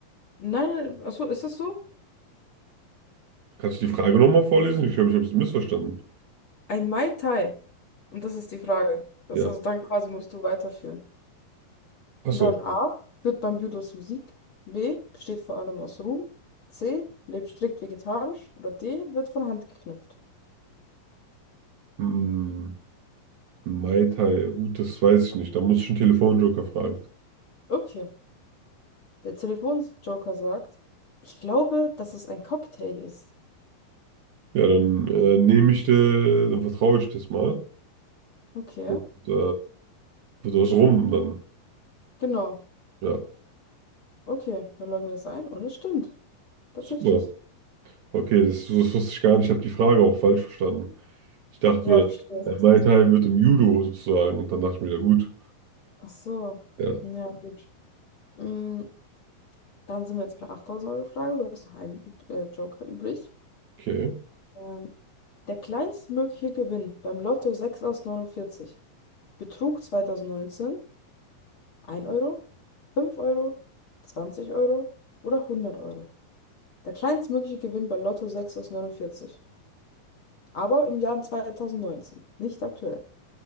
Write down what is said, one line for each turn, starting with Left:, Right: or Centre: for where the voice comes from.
Left: Nein, achso, ist das so?
Right: Kannst du die Frage nochmal vorlesen? Ich glaube, ich habe sie missverstanden.
Left: Ein Mai Tai. Und das ist die Frage. Das
Right: Ja.
Left: also dann quasi musst du weiterführen.
Right: Achso.
Left: Und dann A führt beim Judo zum Sieg. B besteht vor allem aus Ruhm. C lebt strikt vegetarisch. Oder D wird von Hand geknüpft.
Right: Hm, Mai Tai. Gut, das weiß ich nicht. Da muss ich einen Telefonjoker fragen.
Left: Okay. Der Telefonsjoker sagt, ich glaube, dass es ein Cocktail ist.
Right: Ja, dann äh, nehme ich dir, dann vertraue ich das mal.
Left: Okay,
Right: Und äh, wird was rum dann.
Left: genau.
Right: Ja.
Left: Okay, dann loggen wir das ein und es stimmt. Tatsächlich.
Right: Super. Okay, das, das wusste ich gar nicht. Ich habe die Frage auch falsch verstanden. Ich dachte,
Left: Ja, verstehe ich.
Right: äh, Mai Tai wird im Judo sozusagen. Und dann dachte ich mir, ja gut.
Left: Ach so.
Right: Ja,
Left: Ja, gut. Mm, dann sind wir jetzt bei der 8000-Euro-Frage. Du hast noch einen Üb- äh, Joker übrig.
Right: okay.
Left: Ähm, Der kleinstmögliche Gewinn beim Lotto 6 aus 49 betrug 2019 ein Euro, fünf Euro, zwanzig Euro oder hundert Euro. Der kleinstmögliche Gewinn bei Lotto 6 aus 49, Aber im Jahr 2019, nicht aktuell.